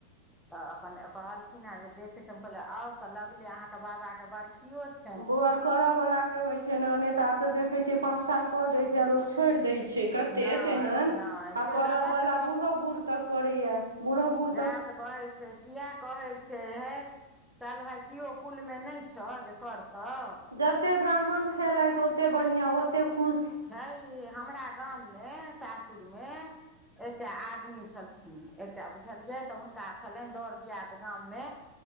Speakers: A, in the centre; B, on the right.
A: तऽ अपन कहलखिन हे जे देखे छियै कहले आउ तऽ लगले अहा के बाबा के बरखियो छै
B: बौआ करऽवलाक के होइत छै ने नहि तऽ आब तऽ देखै छियै पाँच साल कऽ दै छै आ लोक छोड़ि दै छै कतेक
A: नहि
B: एहन आ
A: नहि से
B: करवला
A: गलत
B: बूढ़ो बूढ़ तक करैया बूढ़ो बुढ़
A: जा तऽ कहै छै किए कहै छै हे चल भाइ केओ कुलमे नहि छऽ जे करतऽ
B: जते ब्राह्मण खेलैथ ओते बढ़िआं ओतेक खुश
A: छै हे हमरा गाममे सासुरमे एकटा आदमी छलखिन एकटा बुझलियै तऽ हुनका छलेन दोर दियाद गाममे